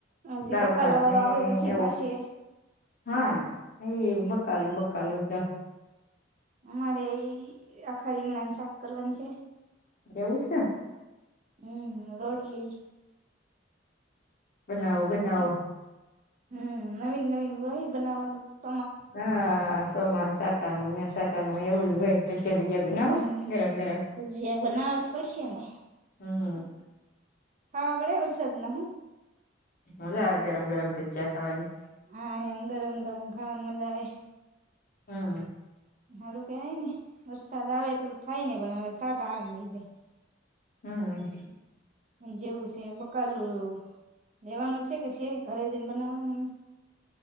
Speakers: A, on the right (about 40°); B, on the left (about 50°).
A: હજી
B: દાળ
A: બકાલા
B: ભાત
A: વાળો
B: ને
A: આવે પછી
B: એવું.
A: થાશે
B: હા એય બકાલું બકાલું તા.
A: મારે ઇ આખા રીંગણાની શાક કરવાની છે.
B: એવું સે.
A: હું રોટલી.
B: બનાવો. બનાવો
A: ઇફ હું નવીન નવીન રહિ બનાવાનું શુ?
B: હા. સોમા સાટાનું હે સાટાનું એવું જ વઇ. પીજા બીજા
A: હમ
B: બનાવો ગરમ ગરમ
A: ભજીયા બનાવવા જ પડશે ને.
B: હું.
A: હવા બળે વરસાદ ના હ.
B: મજા આવે ગરમ ગરમ ભજ્યાં ખાવાની.
A: હા એમ ગરમ ગરમ ખાવાની મજા આવે.
B: હું.
A: હારું કેવાય ને વરસાદ આવે તો થાય ને પણ હવે સાટા આવે ને વહી જાય.
B: હું.
A: ઉ જેવું સે એ બકાલું લેવાનું સે કે સે ઘરે જઈને બનાવવાની એ.